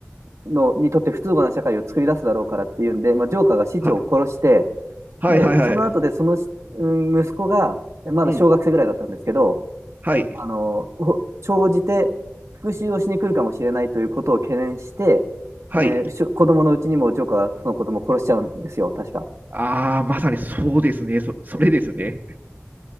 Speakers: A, on the right; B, on the right.
A: ーの、にとって不都合な社会を作り出すだろうからっていうんで、まあ、ジョーカーが市長を殺して、
B: はい。はいはいはい。
A: で、その後で、その、うん息子が、まだ小学生ぐらいだったんですけど、
B: うん。はい。
A: あの、ほ長じて復讐をしに来るかもしれないということを懸念して、
B: はい。
A: えーしょ子供のうちにもジョーカーがその子供を殺しちゃうんですよ、確か。
B: ああ、まさにそうですね。そ、それですね。